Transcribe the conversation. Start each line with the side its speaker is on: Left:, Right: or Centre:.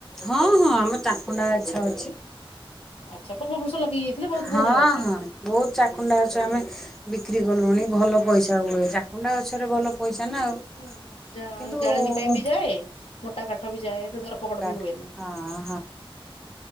Centre: ହଁ ହଁ ଆମର ତାକୁଣ୍ଡା ଗଛ ଅଛି
Left: ଆଚ୍ଛା ପୂର୍ବର୍ଷ ଲଗେଇ ଯାଇଥିଲେ ବହୁତ
Centre: ହଁ
Left: ପୁରୁଣା ଗଛ
Centre: ହଁ ବହୁତ ଚାକୁଣ୍ଡା ଅଛ ଆମେ ବିକ୍ରି କଲୁଣି ଭଲ ପଇସା ହୁଏ ଣ୍ଡା ଗଛରେ ଭଲ ପଇସା ନା ଆଉ
Left: ହୁଁ
Centre: କିନ୍ତୁ ହଁ
Left: ଜାଳଣୀ ପାଇଁ ବି ଯାଏ ମୋଟା କାଠା ବି ଯଏ ତ ଧରପକଡ
Centre: କାଠ
Left: ବି ହଏନ
Centre: ହଁ